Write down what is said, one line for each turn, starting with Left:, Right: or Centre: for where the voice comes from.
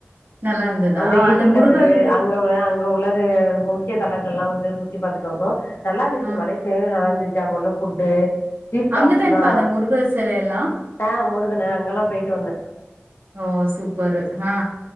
Right: நல்லா இருந்ததா?
Left: அந்த ஈஃபில்
Right: முருகர்
Left: டவரு அங்க உள்ள அங்க உள்ளது முக்கிய தலங்கள் எல்லாம் வந்து சுத்தி பாத்துட்டு வந்தோம் நல்லா இருந்துச்சு
Right: ஆ
Left: மலேசியாவே நல்லா இருந்துச்சு அங்க உள்ள ஃபுட்டு சீப் காஸ்ட்டு
Right: அங்க தான்ப்பா
Left: தான்
Right: அந்த முருகர் சிலையெல்லாம்?
Left: த முருகன அங்கல்லாம் போயிட்டு வந்தேன்
Right: ஓ சூப்பரு ஆ